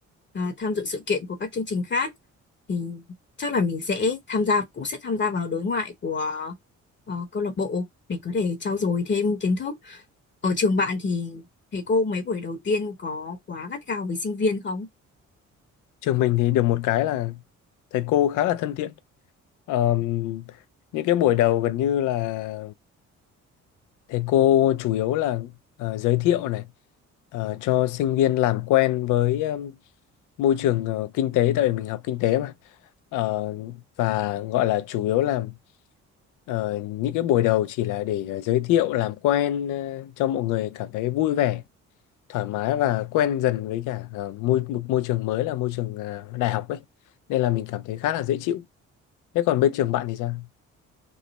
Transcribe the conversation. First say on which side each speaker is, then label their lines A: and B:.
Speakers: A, on the left; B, on the left.
A: ờ, tham dự sự kiện của các chương trình khác. Thì chắc là mình sẽ tham gia cũng sẽ tham gia vào đối ngoại của ờ, câu lạc bộ để có thể trau dồi thêm kiến thức. Ở trường bạn thì thầy cô mấy buổi đầu tiên có quá gắt gao với sinh viên không?
B: Trường mình thì được một cái là thầy cô khá là thân thiện. Ờm, những cái buổi đầu gần như là thầy cô chủ yếu là ờ, giới thiệu này ờ, cho sinh viên làm quen với ừm, môi trường ờ, kinh tế tại vì mình học kinh tế mà Ờ, và gọi là chủ yếu là ờ, những cái buổi đầu chỉ là để ờ, giới thiệu làm quen ờ, cho mọi người cảm thấy vui vẻ thoải mái và quen dần với cả ờ, môi một môi trường mới là môi trường ờ, đại học ấy nên là mình cảm thấy khá là dễ chịu thế còn bên trường bạn thì sao